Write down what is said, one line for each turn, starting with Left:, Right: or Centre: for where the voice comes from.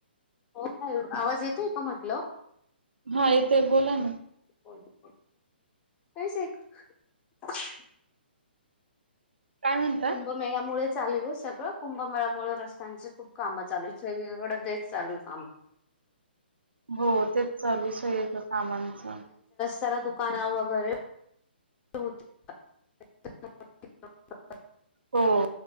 Left: हो आवाज येतोय का म्हटलं
Right: हा येते बोला ना
Left: <inaudible>
Right: काय म्हणता
Left: कुंभमेळ्यामुळे चालू सगळं कुंभमेळ्यामुळे रस्त्यांचे खूप कामं चालू आहेत सगळीकडे तेच चालू आहेत
Right: हो तेच चालूच हाय इथ कामांचं.
Left: जरा दुकाना वगैरे. <unintelligible>
Right: हो